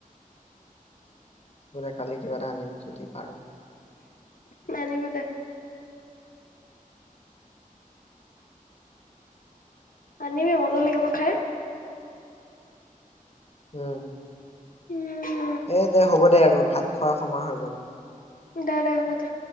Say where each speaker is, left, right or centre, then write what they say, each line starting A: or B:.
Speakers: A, on the left (about 45°); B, on the left (about 70°).
A: বোলে কালি কিবা এটা আনিম যদি পাৰোঁ।
B: মানিব দে। আনিবি মজা লাগিব খাই।
A: উম।
B: উম।
A: এ দে হ'ব দে আৰু ভাত খোৱাৰ সময় হৈ গ'ল।
B: দে দে হ'ব দে।